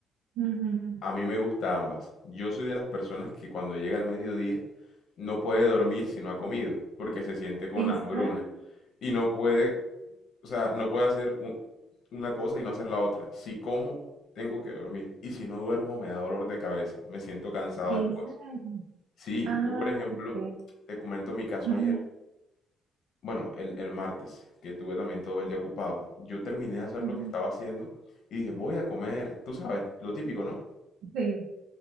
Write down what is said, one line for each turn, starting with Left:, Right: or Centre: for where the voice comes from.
Right: Ujú.
Left: A mí me gusta ambas. Yo soy de las personas que cuando llega el mediodía no puede dormir si no ha comido, porque se siente con
Right: Es-
Left: hambruna.
Right: ah,
Left: Y no puede, o sea, no puede hacer un- una cosa y no hacer la otra. Si como, tengo que dormir. Y si no duermo, me da dolor de cabeza. Me siento cansado
Right: ¿En
Left: después.
Right: serio?
Left: Sí,
Right: Ah,
Left: yo por ejemplo,
Right: ok.
Left: te comento mi caso
Right: Ujú,
Left: ayer. Bueno, el, el martes, que tuve también todo el día ocupado. Yo terminé de hacer
Right: ujú.
Left: lo que estaba haciendo y dije, voy a comer. Tú sabes, lo típico, ¿no?
Right: Sí,